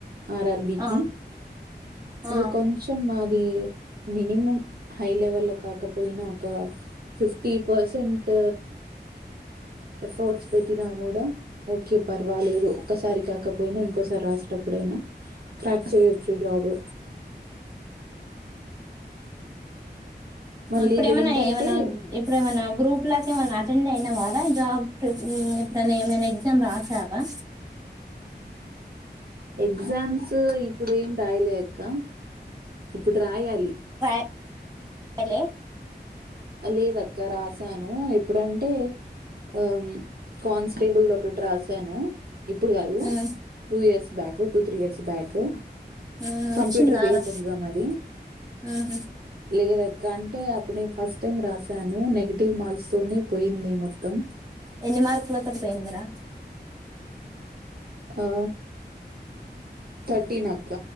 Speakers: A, on the right; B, on the right.
A: ఆర్ఆర్బికి
B: ఆ
A: ఇది
B: ఆ
A: కొంచెం అది మినిమం హైలెవెల్ లో కాకపోయినా ఒక ఫిఫ్టీ ఫిఫ్టీ పర్సెంట్ ఎఫర్ట్స్ పెట్టినా కూడా ఓకే పర్వాలేదు ఒక్కసారి కాకపోయినా ఇంకోసారి రాసేటప్పుడు ఎప్పుడైనా క్రాక్ చేయవచ్చు జాబ్ మళ్ళీ
B: ఇప్పుడ
A: ఇది
B: ఏమన్నా
A: ఏంటంటే
B: ఏమన్నా ఇప్పుడ ఏమన్నా గ్రూప్ లకి ఏమనా అటెండ్ అయిన వారా జాబ్ ఎప్పుడన్న ఏమైనా ఎగ్జామ్ రాసావా
A: ఎగ్జామ్స్ ఇప్పుడేం రాయలే అక్క ఇప్పుడు రాయాలి.
B: ఇంకాలే
A: లేదక్క రాసాను ఎప్పుడంటే ఆ కాన్స్టేబుల్ది ఒకటి రాసాను. ఇప్పుడు కాదు.
B: ఉమ్,
A: two years back two three years back
B: ఉమ్,
A: కంప్యూటర్
B: వచ్చిందారా
A: బేస్ ఎగ్జామ్ అది.
B: ఉహు.
A: లేదక్ క్క అంటే అప్పుడు నేను ఫస్ట్ టైం రాసాను నెగటివ్ మార్క్స్ తోనే పోయింది మొత్తం.
B: ఎన్ని మార్కులతో పోయిందిరా
A: ఆ థర్టీన్ అక్క